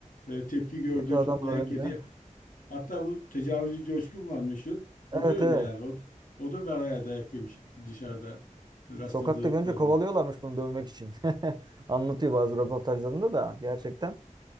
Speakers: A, on the left (about 80°); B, on the right (about 30°).
A: e, tepki gördüğü,
B: Kötü adamlar
A: çok dayak
B: önde.
A: yediği Hatta bu tecavüzcü Coşkun var meşhur. O
B: Evet
A: da öyle
B: evet.
A: yani. O, o da bayağı dayak yemiş dışarıda rastladıklarında.
B: Sokakta görünce kovalıyorlarmış bunu dövmek için. <laughs> Anlatıyor bazı röportajlarında da gerçekten.